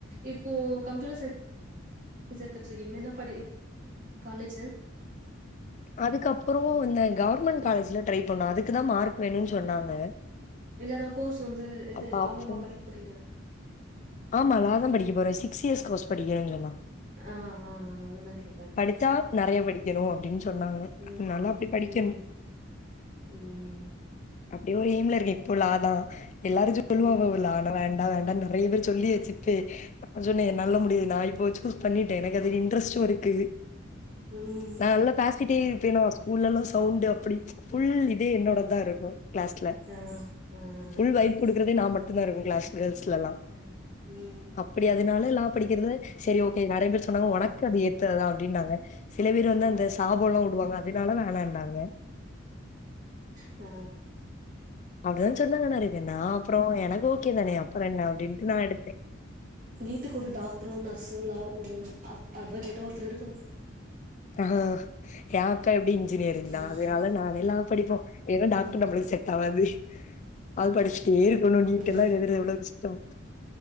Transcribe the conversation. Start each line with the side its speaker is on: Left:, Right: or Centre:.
Right: இப்போ கம்ப்யூட்டர் சயின்ஸ் எடுத்துட்டு இருக்கீங்களே என்ன படி காலேஜு
Left: அதுக்கப்பறோ இந்த கவர்மண்ட் காலேஜ்ல ட்ரை பண்ணோ அதுக்குதா மார்க் வேன்னு சொன்னாங்க
Right: இல்லன்னா கோர்ஸ் வந்து எது
Left: அப்ப
Right: லா
Left: அப்போ
Right: வாவா படிக்க போறீங்க
Left: ஆமா லாதா படிக்க போற சிக்ஸ் இயர்ஸ் கோர்ஸ் படிக்கறன்னு சொன்னா
Right: ஆ ஆ ஆ அதுதா கே
Left: படிச்சா நெறைய படிக்கணு அப்டினு சொன்னாங்க
Right: ம்
Left: அதனால அப்டி படிக்கணு
Right: ம் ம்
Left: அப்டி ஒரு எய்ம்ல இருக்க இப்போ லா தா எல்லாரு சொல்லுவாங்க
Right: ம்
Left: லா லா வேண் லா வேண்டானு நெறைய பேர் சொல்லியாச்சு இப்பயே அப்ப சொன்ன என்னாலலா முடியாது நா இப்போ சூஸ் பண்ணிட்ட எனக்கு அது இன்ட்ரஸ்டு இருக்கு
Right: ம்
Left: நா நல்லா பாசிகிட்டு இருப்பன்னா ஸ்கூல்ல எல்லா சவுண்டு அப் அப்டி ஃபுல் இதே என்னோடதுதா இருக்கு கிளாஸ்ல
Right: ஆ ஆ
Left: ஃபுல் வைய்ப்
Right: ஆ
Left: குடுத் க்ரதே நா மட்டுந்தா இருக்கு கிளாஸ் கேள்ஸ்லலா
Right: ஆ. ம்
Left: அப்டி அதனால லா படிக்கிறது சேரி ஓகே நெறைய பேர் சொன்னாங்க ஒனக்கு அது ஏத் ததுதா அப்டின்னாங்க சில பேர் வந்து
Right: ம்
Left: அந்த சாபோலா வுடுவாங்க அதுனால வேண்டாணான்னாங்க
Right: ஓ
Left: அப்டிதா சொன்னாங்க நெறய பேர் நா அப்றோ எனக்கு ஓகே தானே அப்றோ என்ன அப்டீன்ட்டு நா எடுத்த
Right: வீட்டுக்கு ஒரு டாக்டரோ நர்ஸோ லாவோ அட் அட்வகேட்டோ ஒருத்தர் இருக்கணு
Left: அஹா எய அக்கா எப்டியு இன்ஜினியரிங்
Right: ம்
Left: தா அதனால நானே லா படிப்போ ஏன்னா டாக்டர்
Right: ம்
Left: நமக்கு செட் ஆவாது அது படிச்சுட்டே இருக்கன்னு நீட்டு
Right: ம்
Left: எல்லா எழுதுறது எவ்ளோ கஷ்டோ